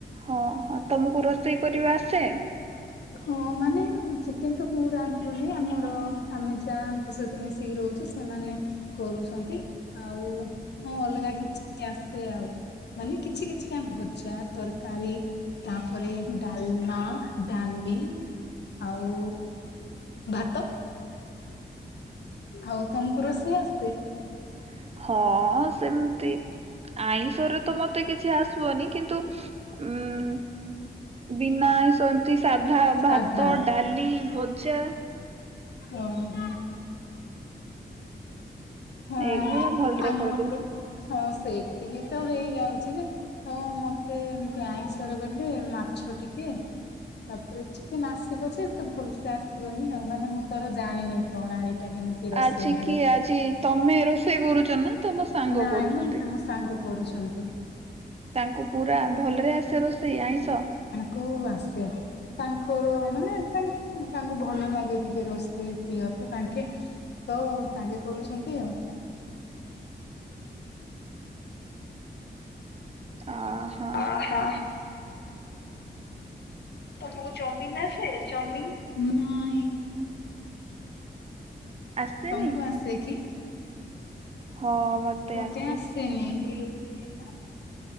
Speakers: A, on the right; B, on the left.
A: ହଁ ହଁ ତୁମକୁ ରୋଷେଇ କରିବା ଆସେ।
B: ହଁ ମାନେ ଚିକେନ ତ ତୁ ରାନ୍ଧୁନୁ ଆମ ର ଆମେ ଯାହାଙ୍କ ସହିତ ମିଶିକି ରହୁଚୁ ସେମାନେ କରୁଛନ୍ତି ଆଉ ହଁ ଅଲଗା କିଛି ଆସେ ଆଉ। ମାନେ କିଛି କିଛିଟା ଭଜା ତରକାରୀ ତାପରେ ଡାଲମା ଡାଲି ଆଉ ଭା ଆଉ ତମକୁ ରୋଷେଇ ଆସେ।
A: <inaudible> ହଁ ସେମତି ଆଇଁଷରେ ତ ମତେ କିଛି ଆସିବନି କିନ୍ତୁ ଉଁ ବିନା ଆଇଁଷ ଏମତି ସାଧା,
B: ସାଧା
A: ଭାତ, ଡାଲି, ଭ ଜା
B: ଓହୋ। ହଁ
A: ଏଗୁୁରା ଭଲରେ
B: ଆମର
A: କରିଦେବି।
B: ହଁ ସେତିକି ତ ହେଇଯାଉଚି ଯେ ହଁ ମତେ ଏମତି ଆଇଁଷରେ ଗଲେ ମାଛ ଟିକେ ତାପରେ ଚିକେନ୍ ଆସିବ ଯେ ଏତେ ଭଲସେ ଆସିବ ବନି ଆଉ ମାନେ ମୁଁ ତାର ଜାଣିନି ପ୍ରଣାଳୀଟା କେମ ରୋଷେଇ
A: ଆଜି
B: ହୁଏ
A: କି ଆଜି ତମେ ରୋଷେଇ କରୁଛ ନା ତମ ସାଙ୍ଗ
B: ନାଇଁ
A: କରୁଛନ୍ତି
B: ନାଇଁ ଆମ ସାଙ୍ଗ। କରୁଛନ୍ତି।
A: ତାଙ୍କୁ ପୁରା ଭଲରେ ଆସେ ରୋଷେଇ ଆଇଁଷ?
B: କୁ ଆସେ ତାଙ୍କର ମାନେ ତାଙ୍କ ଭଲ ଲାଗେ ଟିକେ ରୋଷେଇ ପ୍ରିୟ ତ ତାଙ୍କେ ତ ସାଙ୍ଗେ କରୁଛନ୍ତି ଆଉ।
A: <inaudible> ଅହୋ
B: ଓ ହୋ। ତମକୁ ଚଉମିନ ଆସେ ଚଉମିନ୍ ହଁ।
A: ଆସେନି
B: ତମକୁ ଆସେ କି?
A: ହଁ
B: ମତେ
A: ଆସେ
B: ଆସେନି କି